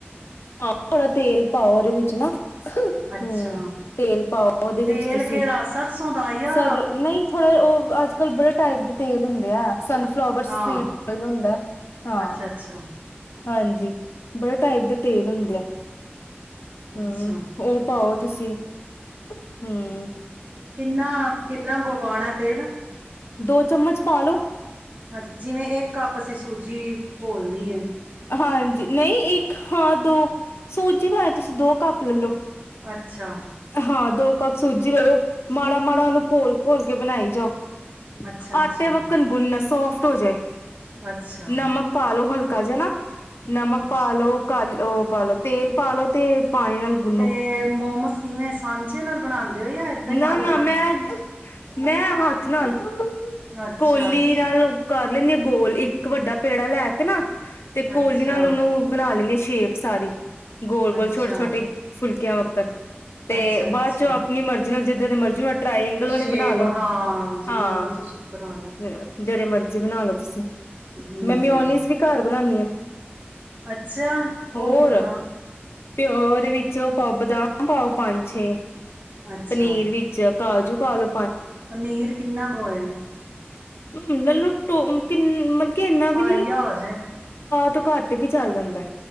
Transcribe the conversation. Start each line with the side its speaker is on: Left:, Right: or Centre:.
Left: ਹਾਂ ਥੋੜਾ ਤੇਲ ਪਾਓ ਉਹਦੇ ਵਿੱਚ ਨਾ ਹੂੰ,
Right: ਅੱਛਾ
Left: ਤੇਲ ਪਾਓ ਉਹਦੇ ਵਿੱਚ
Right: ਤੇਲ
Left: ਤੁਸੀਂ
Right: ਕਿਹੜਾ ਸਰਸੋਂ ਦਾ ਜਾਂ
Left: ਸਰ ਨਹੀਂ ਥੋੜ੍ਹਾ ਉਹ ਅੱਜ ਕਲ੍ਹ ਬੜੇ ਟਾਈਪ ਦੇ ਤੇਲ ਹੁੰਦੇ ਆ। ਸਨਫਲਾਵਰ ਸੀਡ
Right: ਹਾਂ
Left: ਹੁੰਦਾ ਹਾਂ।
Right: ਅੱਛਾ ਅੱਛਾ
Left: ਹਾਂਜੀ, ਬੜੇ ਟਾਈਪ ਦੇ ਤੇਲ ਹੁੰਦੇ ਆ। ਹੂੰ
Right: ਅੱਛਾ
Left: ਉਹ ਤਾਂ ਉਹ। ਤੁਸੀਂ ਹੂੰ।
Right: ਕਿੰਨਾ ਕਿੰਨਾ ਕੁ ਪਾਉਣਾ। ਤੇਲ
Left: ਦੋ ਚਮਚ ਪਾ ਲੋ
Right: ਹਾਂਜੀ, ਜਿਵੇਂ ਇੱਕ ਕੱਪ ਅਸੀਂ ਸੂਜੀ ਘੋਲਣੀ ਐ।
Left: ਹਾਂਜੀ, ਨਹੀਂ ਇੱਕ ਹਾਂ ਦੋ ਸੂਜੀ ਪਾਏ ਤੁਸੀਂ ਦੋ ਕੱਪ ਲੈਲੋ।
Right: ਅੱਛਾ।
Left: ਹਾਂ ਦੋ ਕੱਪ ਸੂਜੀ ਲੈ ਲੋ ਮਾੜਾ ਮਾੜਾ ਉਹਨੂੰ ਘੋਲ ਘੋਲ ਕੇ ਬਣਾਈ ਜਾਓ।
Right: ਅੱਛਾ
Left: ਆਟੇ
Right: ਅੱਛਾ
Left: ਵੱਕਣ ਗੁੰਨ ਸੌ ਸੋਫਟ ਹੋਜੇ।
Right: ਅੱਛਾ
Left: ਨਮਕ ਪਾ ਲੋ ਹਲਕਾ ਘਰ ਜਾਣਾ। ਨਮਕ
Right: ਅੱਛਾ
Left: ਪਾਲੋ ਕਾਲ ਉਹ ਪਾਾਲੋ ਤੇਲ ਪਾ ਲ ਲੋ ਤੇ ਪਾਣੀ ਨਾਲ ਗੁੰਨੋ
Right: ਤੇ ਮੋਮਸ ਕਿਵੇਂ ਸਾਂਝੇ ਨਾਲ ਬਣਾਉਂਦੇ ਹੋ ਜਾਂ ਏਦਾਂ ਹੀ
Left: ਨਾ
Right: ਆਤ
Left: ਨਾ
Right: ਨਾਲ?
Left: ਮੈਂ ਮੈਂ ਹੱਥ ਨਾਲ ਕ
Right: ਅੱਛਾ
Left: <unintelligible>
Right: ਅੱਛਾ
Left: ਕਰ ਲੈਂਦੇ ਹ ਗੋਲ ਇੱਕ ਵੱਡਾ ਪੇੜਾ ਲੈ ਕੇ ਨਾ- ਤੇ ਕੋਲੀ
Right: ਅੱਛਾ
Left: ਨਾਲ ਉਹਨੂੰ ਬਣਾ ਲੈਣੀ ਸ਼ੇਪ ਸਾਰੀ- ਗੋਲ
Right: ਅੱਛਾ
Left: -ਗੋਲ, ਛੋਟੇ-ਛੋਟੇ ਫੁਲਕਿਆਂ ਵਾਕ- <inaudible> ਤੇ
Right: ਅੱਛਾ ਅੱਛਾ
Left: ਬਾਅਦ ਚ ਆਪਣੀ ਮਰਜ਼ੀ ਨਾਲ ਜਿੱਦਾਂ ਦੇ ਮਰਜ਼ੀ- ਟਰਾਈਗਲ ਵਾਲੇ
Right: ਸ਼ੇਪ
Left: ਬਣਾ ਲੋ
Right: ਹਾਂ ਜਿਵੇਂ
Left: ਹਾਂ
Right: ਮਰਜ਼ੀ ਸ਼ੇਪ ਬਣਾ ਲਓ
Left: ਜਿਹੜੇ ਮਰਜ਼ੀ ਜੇ ਬਣਾ ਲੋ ਤੁਸੀਂ-
Right: ਹਮ
Left: ਮੈਂ ਮੀਓਨੀਜ਼ ਵੀ ਘਰ ਬਣਾਣੀ ਹਾਂ-
Right: ਅੱਛਾ!
Left: ਹੋਰ
Right: ਉਹ ਕਿੱਦਾਂ?
Left: ਪਿਓ ਉਹਦੇ ਵਿੱਚ ਪਾਓ ਬਦਾਮ ਪਾਓ ਪੰਜ ਛੇ-
Right: ਅੱਛਾ
Left: ਪਨੀਰ ਵਿੱਚ- ਕਾਜੂ ਪਾਲੋ-
Right: ਪਨੀਰ ਕਿੰਨਾ ਕੁਏ?
Left: <unintelligible>
Right: ਪਾਈਆ
Left: ਨੀ
Right: ਹੋਜੇ।
Left: ਤੋਂ ਘਟ ਤੇ ਵੀ ਚੱਲ ਜਾਂਦਾ-